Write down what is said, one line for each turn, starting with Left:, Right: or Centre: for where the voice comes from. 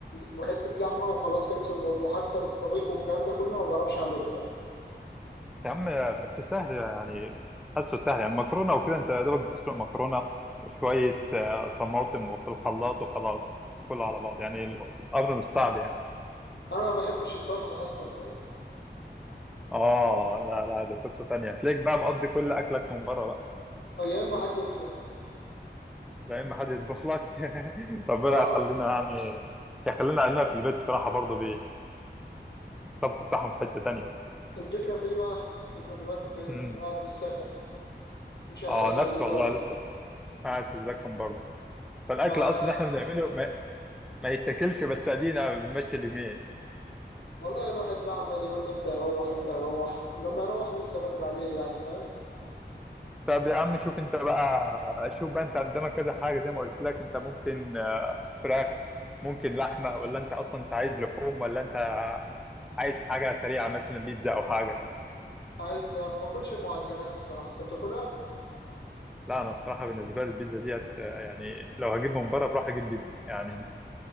Left: وحته لحمه وخلاص خلص الموضوع حتى الطبيخ والكلام ده كله ما بعرفش اعمله فاهم
Centre: يا عم بس سهل يعني حاسه سهل يعني المكرونه وكده انت يا دوبك بتسلق مكرونه شويه آه، طماطم وفي الخلاط وخلاص كله على بعض يعني الامر مش صعب يعني
Left: انا ما بحبش الطبخ اصلا فاهم
Centre: اه لا لا ده قصه تانية هتلاقيك بقى مقضي كل اكلك من بره
Left: أو يا اما حد يطبخ
Centre: لا اما حد يطبخ لك <laughs> ربنا
Left: اه
Centre: يخلينا يعني يخلينا اهلنا في البيت الصراحه برضه بالطبخ بتاعهم في حته تانية
Left: الفكره في ايه بقى الفكره دلوقتي في ايه
Centre: امم
Left: ان انا قاعد في السكن مش اهالينا
Centre: اه نفسي
Left: دي خالص
Centre: والله لسه قاعد في الزكم برضه فالاكل
Left: آه
Centre: اصلا اللي احنا بنعمله ما, ما يتاكلش بس ادينا بنمشي اليومين
Left: والله الواحد بقى عمال يقول لي امتى يروح امتى يروح لما يروح لسه بدري عليه يعني فاهم
Centre: طب يا عم شوف انت بقى شوف بقى انت قدامك كذا حاجه زي ما قلت لك انت ممكن فراخ ممكن لحمه ولا انت اصلا انت عايز لحوم ولا انت عايز حاجه سريعه مثلا بيتزا او حاجه
Left: عايز ما باكلش المعجنات الصراحه انت بتاكلها؟
Centre: لا انا الصراحه بالنسبه لي البيتزا ديت آه، يعني لو هجيب من بره بروح اجيب بيتزا يعني